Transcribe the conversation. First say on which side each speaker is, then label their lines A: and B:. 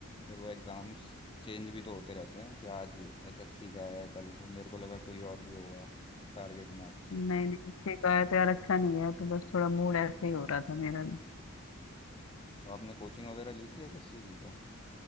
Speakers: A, on the left; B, on the left.
A: फिर वो एग्जाम्स चेंज भी तो होते रहते हैं कि आज एसएससी का है कल मेरे को लगा कोई और भी होगा टारगेट में आपके
B: नहीं नहीं इससे कहा तो यार अच्छा नहीं है तो बस थोड़ा मूड ऐसे ही हो रहा था मेरा भी
A: तो आपने कोचिंग वगैरह ली थी एसएससी की क्या